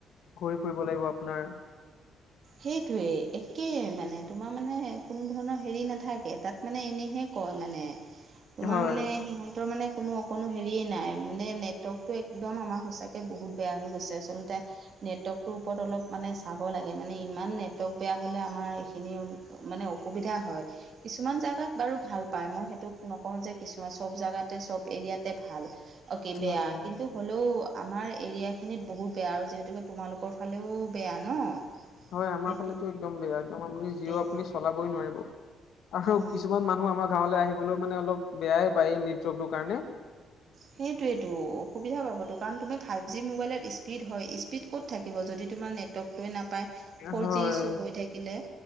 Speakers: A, on the left; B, on the right.
A: ঘূৰি ফুৰিব লাগিব আপোনাৰ
B: সেইটোৱে একে মানে তোমাৰ মানে কোনো ধৰণৰ হেৰি নাথাকে তাত মানে এনেহে কয় মানে তোমাৰ
A: হয়
B: মানে সিহঁতৰ মানে কোনো অ কোনো হেৰিয়ে নাই মানে নেটৱৰ্কটো একদম আমাৰ সঁচাকৈ বহুত বেয়া হৈ গৈছে আচলতে নেটৱৰ্কটোৰ ওপৰত অলপ মানে চাব লাগে মানে ইমান নেটৱৰ্ক বেয়া হ'লে আমাৰ এইখিনি মানে অসুবিধা হয় কিছুমান জাগাত বাৰু ভাল পাই মই সেইটোক নকওঁ যে কিছুমান চব জাগাতে চব এৰিয়াতে ভাল অ'কে
A: হয়
B: বেয়া
A: হয়
B: কিন্তু হ'লেও আমাৰ এৰিয়া সেইখিনিত বহুত বেয়া আৰু যিহেতুকে তোমালোকৰ ফালেও বেয়া ন
A: হয় আমাৰ
B: সেইটো
A: ফালেতো একদম বেয়া একদম আপুনি জিঅ
B: বেয়া
A: আপুনি চলাবই নোৱাৰিব আৰু
B: অ
A: কিছুমান মানুহ আমাৰ গাঁৱলৈ আহিবলে মানে অলপ বেয়াই পায় এই নেটৱৰ্কটোৰ কাৰণে
B: সেইটোৱেটো অসুবিধা পাবতো কাৰণ তুমি ফাইভ জি মোবাইলত স্পীড হয় স্পীড ক'ত থাকিব যদি তোমাৰ নেটৱৰ্কটোৱে নাপায় ফ'ৰ
A: হয়।
B: জি চৌ হৈ থাকিলে